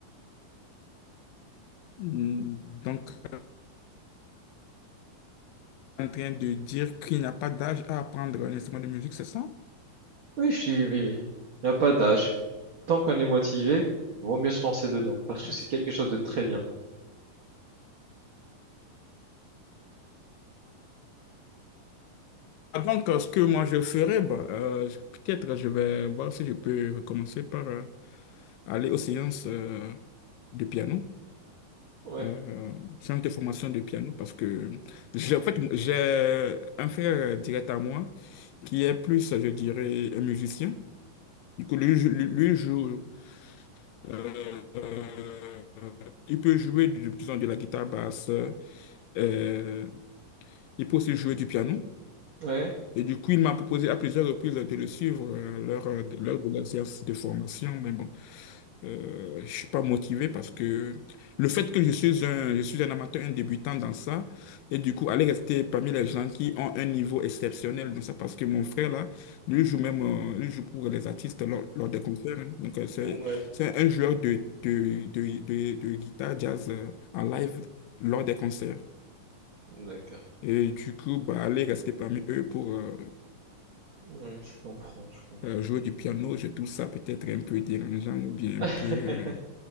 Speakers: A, on the left; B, on the right.
A: Hmm, Donc, en train de dire qu'il n'y a pas d'âge à apprendre un instrument de musique, c'est ça?
B: Oui, je dis oui, oui. Il n'y a pas d'âge. Tant qu'on est motivé, vaut mieux se lancer dedans parce que
A: Ah,
B: c'est quelque chose de très bien.
A: ah, donc, euh, ce que moi je ferais, bah, euh, je- peut-être je vais voir si je peux recommencer par euh, aller aux séances euh, de piano,
B: Ouais,
A: euh, séances de formation de piano, parce que j'ai en fait, j'ai un frère direct à moi qui est plus, je dirais, un musicien. Du coup, lui, jou- lui, lui joue, euh, euh, il peut jouer, du- disons, de la guitare basse, euh, il peut aussi jouer du piano.
B: ouais,
A: Et du coup, il m'a proposé à plusieurs reprises de le suivre euh, lors, euh, lors de leur séance de formation. Mais bon, euh, je ne suis pas motivé parce que le fait que je suis un, je suis un amateur, un débutant dans ça, et du coup, aller rester parmi les gens qui ont un niveau exceptionnel dans ça, parce que mon frère, là, lui joue même, euh, lui joue pour les artistes lors, lors des concerts. hein. Donc, euh, c'est,
B: ouais.
A: c'est un joueur de, de, de, de, de guitare jazz euh, en live lors des concerts.
B: D'accord.
A: Et du coup, bah, aller rester parmi eux pour, euh,
B: Ouais, je comprends, je comprends.
A: Euh, jouer du piano, je trouve ça peut-être un peu dérangeant ou bien un peu,
B: <laughs>